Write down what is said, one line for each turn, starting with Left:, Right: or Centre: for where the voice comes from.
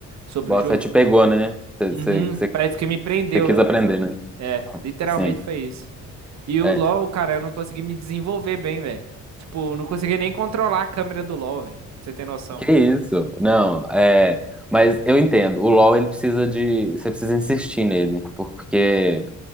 Right: sobre
Centre: Bota
Right: o jogo.
Centre: fé, te pegou, né? Você
Right: Uhum, parece que me prendeu
Centre: quis aprender,
Right: o jogo.
Centre: né?
Right: É, literalmente
Centre: Assim,
Right: foi isso. E
Centre: é.
Right: o LoL, cara, eu não consegui me desenvolver bem, velho. Tipo, eu não consegui nem controlar a câmera do LoL, velho. Pra você ter noção.
Centre: Que isso? Não, é. Mas eu entendo. O LoL, ele precisa de... Você precisa insistir nele. Porque...